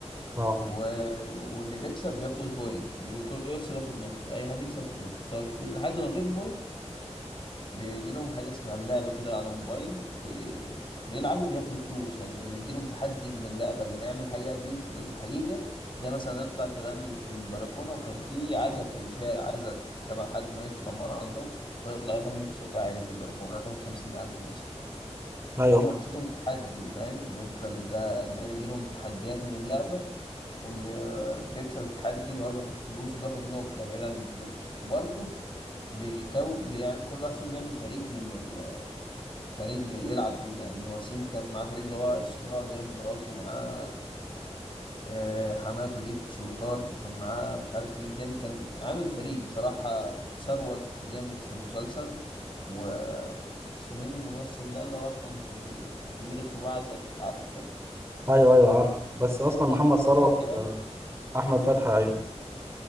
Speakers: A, on the right (about 20°); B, on the left (about 45°).
A: اه
B: و... واللي بيكسب بياخد بوينت اللي كله بيكسب ياخد نقطة أي حد يكسب ياخد نقطة فلحد ما بيكبروا وبيجي لهم حاجة اسمها اللعبة كده على موبايل بي... بيلعبوا بياخدوا فلوس يعني بيجي لهم تحدي من اللعبة اللي يعمل الحاجة دي في الحقيقة زي مثلا يطلع تغني في البلكونة وكان في عزا في الشارع عزا تبع حد ميت في العمارة عندهم ويطلع يغني بصوت عالي في البلكونة هتاخد خمسين ألف مثلا
A: ايوه
B: فهم
A: فاهم.
B: قصتهم تحدي فاهم بيفضل ده ده بيجي لهم تحديات من اللعبة واللي بيكسب التحدي هو اللي بياخد فلوس وبياخد نقطة بعيد عن الفلوس وبرضه بيكو بيع... كل واحد فيهم بيعمل فريق من الفريق اللي يلعب بيه يعني وسيم كان معاه فريق اللي هو إسراء اللي هي مراته ومعاه آه، حماته دي شويكار وكان معاه مش عارف مين تاني كان عامل فريق بصراحة ثروت جامد في المسلسل و اسمه مين الممثل ده اللي هو كان في الكبير اسمه بعزك عارفه
A: ايوه ايوه عارف بس اصلا
B: اسمه
A: محمد
B: أحمد
A: ثروت
B: فتحي باين
A: آه، احمد فتحي ايوه